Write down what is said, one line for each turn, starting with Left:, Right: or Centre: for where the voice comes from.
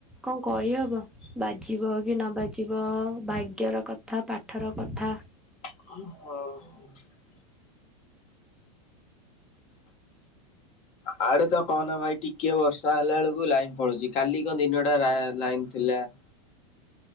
Centre: କଣ କହିହବ। ବାଜିବ କି ନ ବାଜିବ ଭାଗ୍ୟର କଥା ପାଠର କଥା।
Left: ହଉ। ଆଡେ ତ କହନା ଭାଇ ଟିକେ ବର୍ଷା ହେଲା ବେଳକୁ ଲାଇନ ପଳଉଛି କାଲି କଣ ଦିନ ଟା ଲାଇନ୍ ଥିଲା। <inaudible>